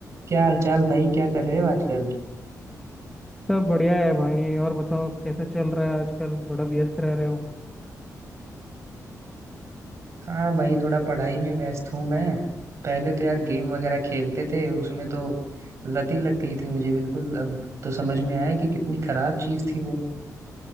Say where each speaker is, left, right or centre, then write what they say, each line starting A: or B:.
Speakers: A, on the right; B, in the centre.
A: क्या हाल चाल भाई क्या कर रहे हो आजकल
B: सब बढ़िया है भाई और बताओ कैसा चल रहा है आजकल बड़ा व्यस्त रह रहे हो
A: हाँ भाई थोड़ा पढ़ाई में व्यस्त हूँ मैं पहले तो यार गेम वगैरह खेलते थे उसमें तो लत ही लग गई थी मुझे बिल्कुल अब तो समझ में आया कि कितनी खराब चीज थी वो